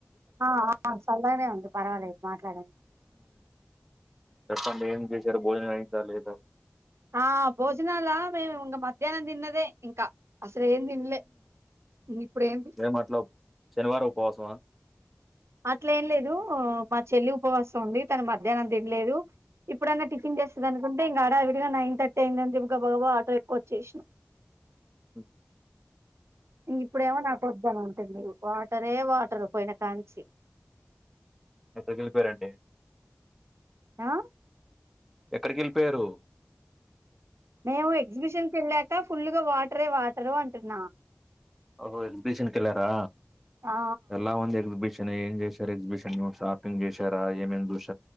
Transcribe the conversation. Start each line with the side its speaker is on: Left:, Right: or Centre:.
Right: ఆ సల్నే ఉంది పర్వాలేదు మాట్లాడ
Centre: చెప్పండి ఏం చేశారు భోజనం అయింద లేద
Right: ఆ భోజనాల మేము ఇంక మధ్యానం తిన్నదే ఇంక అసల్ ఎం తినలే <unintelligible>
Centre: ఏం అట్లా శనివారం ఉపవాసమా
Right: అట్ల ఏం లేదు మా చెల్లి ఉపవాసం ఉంది తను మధ్యనం తినలేదు ఇప్పుడాన్న టిఫన్ చేస్తుంది అనుంటే ఇంకాడ ఇగా నైన్ థర్టీ అయింది అని చెప్పి గబా గబు ఆటో ఎక్కి వచ్చేసాను
Centre: ఓ
Right: ఇంక ఇప్పుడేమో నాకు వద్దన అని అంటది వాటరే వాటర్ పోయిన కాంచి
Centre: ఎక్కడికి వెళ్ళిపోయారండి
Right: ఆ
Centre: ఎక్కడికి వెళ్ళిపోయారు
Right: మేము ఎగ్జిబిషన్ కి వెళ్ళాక ఫుల్గా వాటరే వాటరు అంటున్నా
Centre: ఓహో ఎగ్జిబిషన్ కి వెళ్ళరా
Right: ఆ
Centre: ఎలా ఉంది ఎగ్జిబిషన్ ఏం చేశారు ఎగ్జిబిషన్ లో షాపింగ్ చేశారా ఏమేం చే